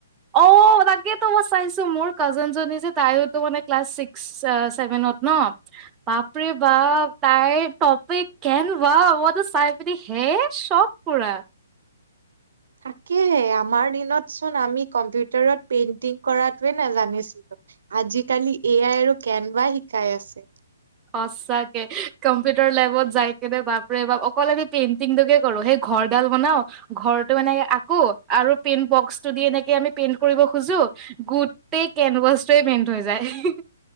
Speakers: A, on the right; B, on the right.
A: অঁ', তাকেটো মই চাইছো মোৰ কাজ জনী যে তাইতো মানে ক্লাছ ছিক্স ছেভেনত ন'। বাপৰে বাপ তাইৰ টপিক কেন বাও মই তো চাই পিনে হে চব- পুৰা।
B: তাকে'হে আমাৰ দিনত চোন আমি কম্পিউটাৰত পেইন্টিং কৰাতোৱে নেজানিছিলো। আজিকালি এ আই আৰু কেনবা শিকাই আছে।
A: সঁচাকে, কম্পিউটাৰ লেবত যাই কেনে বাপৰে বাপ অকল আমি পেইন্টিংটোকে কৰো, সেই- ঘৰ ডাল বনাও- ঘৰটো এনেকে আকো আৰু পেইণ্ট বক্সটো দি এনেকে আমি পেইট কৰিব খোজো- গোটেই কেনভাছটোৱে মেনথ হৈ যায়।